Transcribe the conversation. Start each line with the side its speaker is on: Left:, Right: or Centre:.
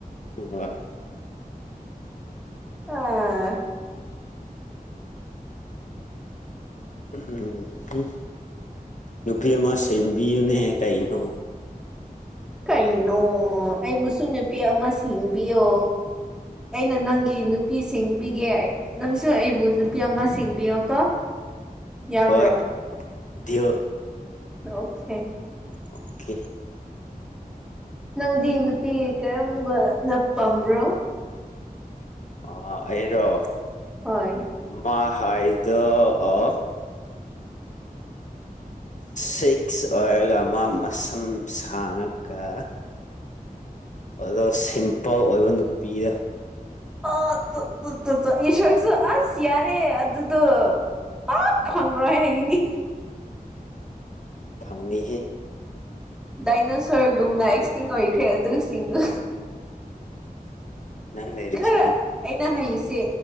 Left: ꯍꯣꯏ
Centre: ꯑꯥ
Left: ꯎꯝ ꯅꯨꯄꯤ ꯑꯃ ꯁꯦꯝꯕꯤꯌꯨꯅꯦ ꯀꯥꯏꯩꯅꯣ
Centre: ꯀꯩꯅꯣ ꯑꯩꯕꯨꯁꯨ ꯅꯨꯄꯤ ꯑꯃ ꯁꯤꯡꯕꯤꯌꯣ ꯑꯩꯅ ꯅꯪꯒꯤ ꯅꯨꯄꯤꯁꯤꯡꯕꯤꯒꯦ ꯅꯪꯁꯨ ꯑꯩꯕꯨ ꯅꯨꯄꯤ ꯑꯃ ꯁꯤꯡꯕꯤꯌꯣꯀꯣ ꯌꯥꯕ꯭ꯔꯣ
Left: ꯍꯣꯏ ꯗꯤꯜ
Centre: ꯑꯣꯀꯦ
Left: ꯑꯣꯀꯦ
Centre: ꯅꯪꯗꯤ ꯅꯨꯄꯤ ꯀꯔꯝꯕꯅ ꯄꯥꯝꯕ꯭ꯔꯣ
Left: ꯑꯥ ꯑꯩꯔꯣ
Centre: ꯍꯣꯏ
Left: ꯃꯥ ꯍꯥꯏꯗꯣ ꯑꯣ ꯁꯤꯀ꯭ꯁ ꯑꯣꯏꯔꯒ ꯃꯥ ꯃꯁꯝ ꯁꯥꯡꯉꯒ꯫ ꯑꯗꯣ ꯁꯤꯝꯄꯜ ꯑꯣꯏꯕ ꯅꯨꯄꯤꯗ
Centre: ꯑꯥ ꯏꯁꯣꯔꯁꯨ ꯑꯁ ꯌꯥꯔꯦ ꯑꯗꯨꯗꯣ ꯄꯥꯛ ꯐꯪꯉꯔꯣꯏ ꯍꯥꯏꯒꯤꯅꯤ꯫
Left: ꯐꯪꯅꯤꯍꯦ꯫
Centre: ꯗꯥꯏꯅꯣꯁꯣꯔꯒꯨꯝꯅ ꯑꯦꯛꯁꯇꯤꯡ ꯑꯣꯏꯈ꯭ꯔꯦ ꯑꯗꯨꯁꯤꯡꯗꯨ꯫
Left: ꯅꯪ ꯅꯩꯔꯤꯁꯤꯗꯤ
Centre: ꯈꯔ ꯑꯩꯅ ꯍꯥꯏꯁꯦ